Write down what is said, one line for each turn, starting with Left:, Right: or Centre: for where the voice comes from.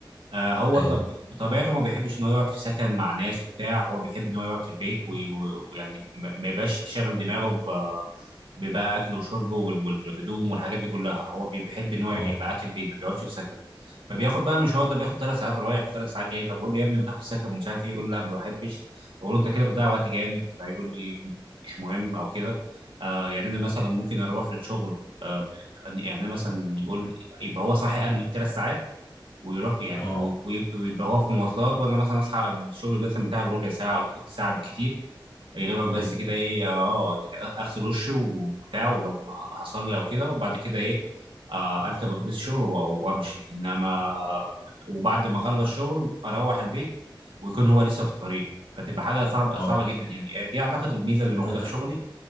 Right: آه، هو
Left: ايوه
Right: طب بطبيعته ما بيحبش ان هو يقعد في سكن مع ناس وبتاع هو بيحب ان هو يقعد في البيت وي- و- ويعني ما ما يبقاش شاغل دماغه ب- ببقى اكله وشربه وال- والهدوم والحاجات دي كلها هو بي- بيحب ان هو
Left: اه
Right: يبقى قاعد في البيت ما بيقعدش في سكن فبياخد بقى المشوار ده بياخد ثلاث ساعات رايح وثلاث ساعات جاي فبقول له يا ابني ما تاخد سكن ومش عارف ايه يقول لا ما بحبش بقول له انت كده بتضيع وقت جامد فيقول لي مش مهم او كده آه يعني انا مثلا ممكن اروح للشغل آه يعني أنا مثلا يقول يبقى هو صاحي قبلي بثلاث ساعات ويروح يعني
Left: اه
Right: و- ويب- ويبقى هو في مواصلات وانا مثلا اصحى قبل الشغل مثلا بتاعي بربع ساعه او بتلت ساعه بالكتير يا دوبك بس
Left: ايوه
Right: كده ايه اه آه، يعني أ- اغسل وشي وبتاع ولو ه- هصلي او كده وبعد كده ايه آه اركب اتوبيس الشغل و- وامشي انما وبعد ما اخلص شغل اروح البيت ويكون هو لسه في الطريق فتبقى حاجه صعبه
Left: اه
Right: صعبه جدا يعني دي اعتقد الميزه اللي
Left: لا
Right: موجوده
Left: لا
Right: في شغلي